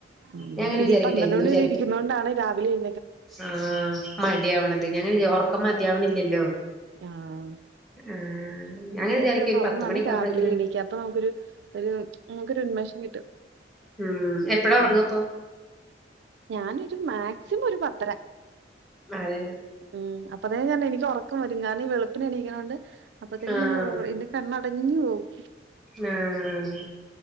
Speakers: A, on the right; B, in the centre.
A: ഉം
B: ഞാൻ അങ്ങനെ
A: ഇത്
B: വിചാരിക്കട്ടെ
A: പന്ത്രണ്ട്
B: എന്നും
A: മണി
B: വിചാരിക്കും
A: വരെ ഇരിക്കുന്നതൊണ്ട് ആണ് രാവിലെ ഇ
B: ആഹ് മടി ആവണത് ഞങ്ങ ഉറക്കം മതിയാവണില്ലല്ലോ
A: ആഹ്
B: ആഹ് ഞാങ്ങനെ
A: നേരത്തെ
B: വിചാരിക്കും
A: കിടന്നുറങ്ങുവാണേൽ
B: ഒരു പത്ത് മണിയൊക്കെ
A: രാവിലെ
B: ആവുമ്പഴത്തേനും
A: എണീക്കപ്പ നമുക്കൊരു ഒരു നിങ്ങൾക്ക് ഒരു ഉന്മേഷം കിട്ടും
B: ഉം എപ്പഴ ഉറങ്ങപ്പോ
A: ഉം ഞാനൊരു മാക്സിമം ഒരു പത്തര
B: അതെ
A: ഉം അപ്പത്തേ ഞാ എനിക്ക് ഉറക്കം വരും കാരാന ഈ വളുപ്പിന എണീക്കണോണ്ട് അപ്പത്തേന
B: ആഹ്
A: ഞ കണ്ണടഞ്ഞു പോവും
B: ആഹ്